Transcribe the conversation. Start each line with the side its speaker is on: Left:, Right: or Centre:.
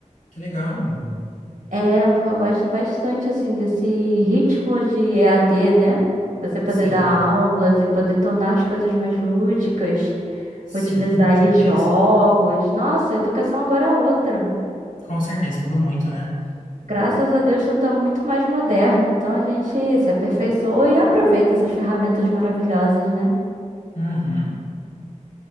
Left: Que legal.
Right: É, porque eu gosto bastante, assim, desse ritmo de EAD, né? Você poder
Left: Sim.
Right: dar aulas e poder tornar as coisas mais lúdicas,
Left: Sim,
Right: utilizar
Left: com certeza.
Right: aí jogos. Nossa, a educação agora é outra.
Left: Com certeza, mudou muito, né?
Right: Graças a Deus tudo está muito mais moderno, então a gente se aperfeiçoa e aproveita essas ferramentas maravilhosas, né?
Left: Uhum.